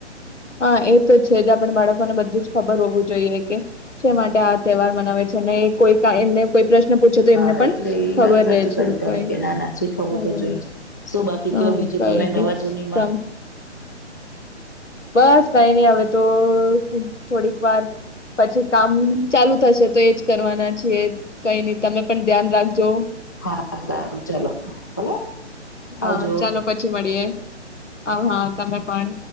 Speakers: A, on the left; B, on the left.
A: હા એ તો છે જ આપણે બાળકોને બધું જ ખબર હોવું જોઈએ કે શા માટે આ તહેવાર મનાવે છે કોઈ એમને કોઈ પ્રશ્ન પૂછે તો
B: હા
A: એમને પણ
B: એટલે એ
A: ખબર
B: વાત સાચી
A: રહે છે
B: કરી તમે
A: કઈ
B: કે નાના શીખવવું
A: હમ
B: તો જોઈ જ શું બાકી
A: હમ
B: કયો બીજું
A: કઈ
B: તમે નવા
A: નહી
B: જૂનીમાં?
A: બસ કઈ નઈ હ તો થોડીક વાર પછી કામ ચાલુ થશે તો એજ કરવાના જ કઈ નહી તમે પણ ધ્યાન રાખજો.
B: હા સારું ચાલો ભલે
A: હા
B: આવજો.
A: ચાલો પછી મળીએે. હ હા તમે પણ